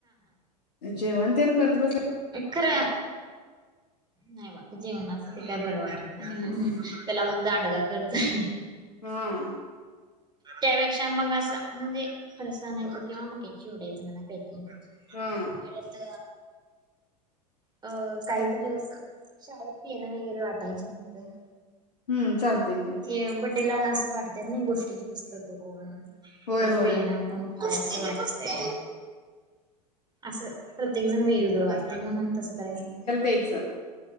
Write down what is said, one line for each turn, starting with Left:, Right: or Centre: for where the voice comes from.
Left: जेवण? तेन करत ब
Right: खर, नाही बा जेवनाच ते काय बर वाट
Left: हम्म
Right: त्याला मग दांडगा खर्च हाय.
Left: हा.
Right: त्यापेक्षा मग असं म्हणजे फरसा नाहीतर किंवा मक्याच्या चिवड्याच म्हणा पकिंग.
Left: हा
Right: परत अ काहीतरी असं शाळेत पेन वगैरे वाटायचे म्हणत.
Left: हम्म चालतंय की.
Right: ते बडेला असं वाटत्यात नई गोष्टीची पुस्तकं कोण,
Left: होय
Right: कोण
Left: होय
Right: पेन, कोण असं वाटतय असं प्रत्येक जण वेगवेगळं वा ते म्हणून तसं करायचं म ते
Left: तेच.